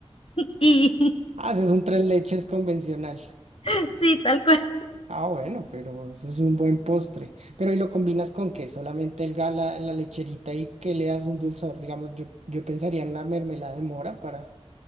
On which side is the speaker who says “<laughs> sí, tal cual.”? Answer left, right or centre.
Left